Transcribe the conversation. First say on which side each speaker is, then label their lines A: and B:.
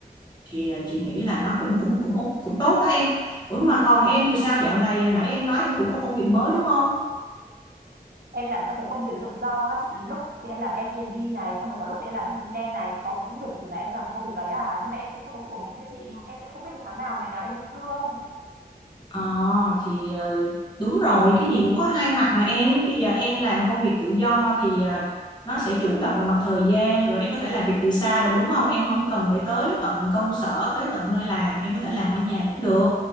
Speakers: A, on the left (about 25°); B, on the right (about 70°).
A: thì à, chị nghĩ là nó cũng cũng cũng cũng tốt đó em ủa mà còn em thì sao dạo này nãy em nói em cũng có công việc mới đúng không
B: em làm các cái công việc tự do á chị lúc thì em làm Airbnb này xong rồi có lúc thì em làm freelance này có công việc thì là em làm công việc đấy à nhưng mà em sẽ không có sự ổn định như chị em sẽ không biết là tháng nào ngày nào em lĩnh lương
A: ờ thì ờ, đúng rồi cái gì cũng có hai mặt mà em bây giờ em làm công việc tự do thì ờ, nó sẽ chủ động về mặt thời gian rồi em có thể làm việc từ xa được đúng không em không cần phải tới tận công sở tới tận nơi làm em có thể làm ở nhà cũng được